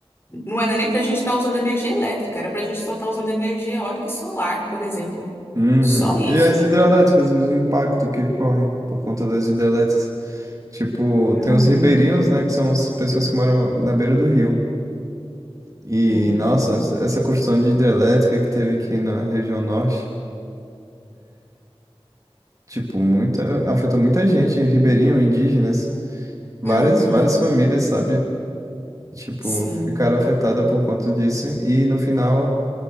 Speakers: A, on the left; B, on the right.
A: Não era nem para a gente estar usando energia elétrica, era para a gente só estar usando energia eólica e solar, por exemplo.
B: Uhum.
A: Só isso.
B: E as hidrelétricas, os impactos que correm por conta das hidrelétricas. Tipo,
A: Uhum,
B: tem os ribeirinhos, né? Que são as pessoas que moram na beira do rio. E,
A: sim.
B: nossa, essa construção de hidrelétrica que teve aqui na região norte, tipo, muita, afetou muita gente, ribeirinho, indígenas, várias,
A: Uhum,
B: várias famílias, sabe? Tipo,
A: sim.
B: ficaram afetadas por conta disso. E no final,